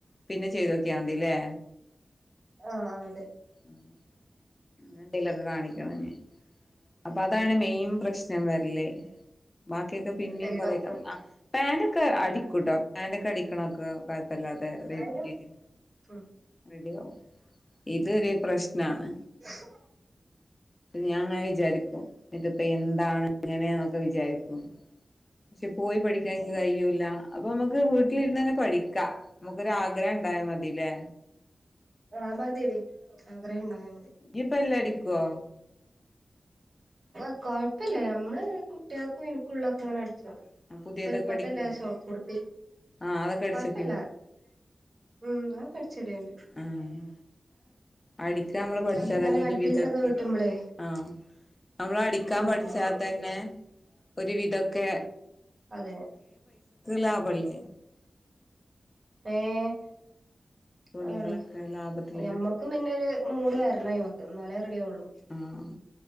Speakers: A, on the left; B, on the right.
A: പിന്നെ ചെയ്ത് നോക്കിയാൽ മതി അല്ലെ
B: ആഹ് ആഹ് അതെ
A: !!!!!!!!!! അങ്ങനെ എന്തേലും ഒക്കെ കാണിക്കണം ഇനി. അപ്പൊ അതാണ് മെയിൻ പ്രശ്നം വരല് ബാക്കിയൊക്കെ പിന്നിം
B: സൈഡ്
A: കൊറൊക്കെ
B: ഓപ്പണിങ്
A: അ പാന്റോക്കെ അടിക്കൂട്ടോ പാന്റൊക്കെ അടിക്കണ് ഒക്കെ കൊഴപ്പല്ലാതെ രീതിക്ക്
B: അയിന് ഉം
A: റെഡി ആകും ഇതൊരു പ്രശ്നാണ്
B: !!!!!!!!!!
A: ഞാനിങ്ങനെ വിചാരിക്കും ഇതിപ്പോ എന്താണ് ഇങ്ങനെയെന്നൊക്കെ വിചാരിക്കും പക്ഷെ പോയി പഠിക്കാൻ എനിക്ക് കഴിയും ഇല്ല അപ്പൊ നമുക്ക് വീട്ടിലിരുന്നന്നെ പഠിക്ക. നമുക്ക് ഒരു ആഗ്രഹം ഉണ്ടായ മതി അല്ലേ
B: ആഹ് മതിയെടി ആഗ്രഹം ഉണ്ടായാൽ മതി
A: ഇയ്യ്പ്പ എല്ലാം അടിക്കുവോ
B: ആഹ് കൊഴപ്പല്ല ഞമ്മള് കുട്ടിയാക്കും എനിക്കും ഉള്ളതൊക്കെ ഇങ്ങനെ അടിച്ചും
A: പുതിയതൊക്കെ
B: ഇപ്പൊയത്തല്ലേ
A: അടിക്കുവോ
B: ഷോർട്ട് കുർത്തി
A: ആഹ് അതൊക്കെ അടിച്ചോക്കി
B: കൊഴപ്പല്ല ഉം അത് ഒക്കെ അടിച്ച്ടെണ്ട്
A: ആഹ് അടിക്കാൻ നമ്മള് പഠിച്ചാ
B: ഇങ്ങനെ
A: തന്നെ
B: കട്പ്പീസ്
A: ഒരു വിധൊക്കെ
B: ഒക്കെ കിട്ടുമ്പളേ
A: ആഹ് അമ്മൾ അടിക്കാൻ
B: ഉം
A: പഠിച്ചാൽ
B: ഉം
A: തന്നെ ഒരു വിധം ഒക്കെ
B: അതെ
A: ലാഭല്ലേ
B: ഏഹ്
A: തുണികളൊക്കെ
B: അതാണ്
A: ലാഭത്തില്
B: ഞമ്മക്കും
A: കിട്ടും
B: പിന്നെ ഒരു മൂഡ് വരണം അയിമക്ക് ഇന്നാലേ റെഡി ആവുള്ളു
A: ആഹ്